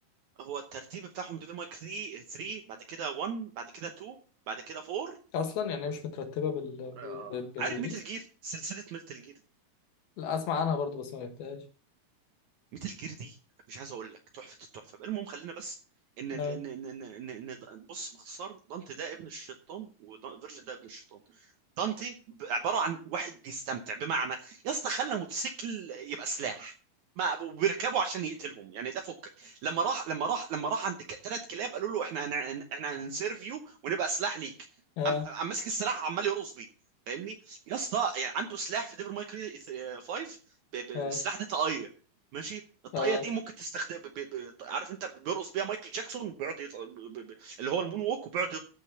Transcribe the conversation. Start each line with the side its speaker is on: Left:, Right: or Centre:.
Right: هو الترتيب بتاعهم ديفل مايك 3 3 بعد كده 1 بعد كده 2 بعد كده 4
Left: أصلا يعني هي مش مترتبة بال... بال...
Right: آه،
Left: بال- بالريليز
Right: عارف ميتال جير سلسله ميتال جير
Left: لا أسمع عنها برضو بس ما لعبتهاش
Right: ميتال جير دي مش عايز اقول لك تحفه التحفه بقى المهم خلينا بس ان ان
Left: آه
Right: ان ان, إن, إن د- بص باختصار دانتي ده ابن الشيطان وفيرجن ده ابن الشيطان دانتي ب- عباره عن واحد بيستمتع بمعنى يا اسطى خلى موتوسيكل يبقى سلاح ما بيركبوا عشان يقتلهم يعني ده فكك لما راح لما راح لما راح عند ثلاث كلاب قالوا له احنا هن... احنا هنسيرفيو ونبقى سلاح ليك
Left: آه
Right: قام قام ماسك السلاح عمال يرقص بيه فاهمني يا اسطى يعني عنده سلاح في ديفل ماي كراي 5 ب- ب- السلاح
Left: آه
Right: ده طاقيه ماشي الطاقيه
Left: آه
Right: دي ممكن تستخدم ب... ب... ب... عارف انت بيرقص بيها مايكل جاكسون بيقعد يطلع... ب... ب... اللي هو المون ووك وبيقعد